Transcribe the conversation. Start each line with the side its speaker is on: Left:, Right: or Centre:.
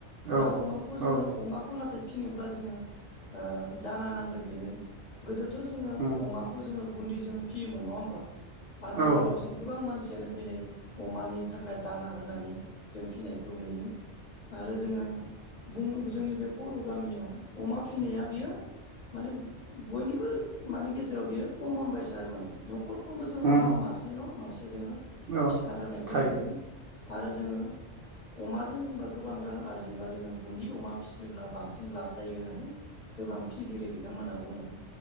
Right: औ
Left: दाउ अमाखौ जोंङो
Right: औ
Left: अमाखौ नाथाय फिसिनोब्ला जोंङो ओ दाना नांगोन बेनो गोदो थ' जोंङो
Right: उम
Left: अमाखौ जोंङो गुनदै जोंङो फियोमोन नंङा होमबा आथिखालाबो
Right: औ
Left: गोबां मानसि जोंनो दिनै अमानि थाखाय दाना होनानि जों फिनायखौ नुयो। आरो जोंङो बुं जोंनि बे बर' गामियाव अमा फिनाया बेयो माने बयनिबो माने गेजेराव बेयो कमन बायसा आरो माने न' खरफ्रोमबो जोंङो
Right: उम
Left: अमा मासे नङा मासे जोंङो
Right: औ
Left: फिखाथारनायखौ
Right: थायो
Left: नुगोन। आरो जोंङो अमाजों जेनबा गोबां रां आरजिनोबा जोंङो बुन्दि अमा फियोब्ला बांसिन लाब जायो होननानै गोबां फिगिरि बिथांमोनना बुंङो।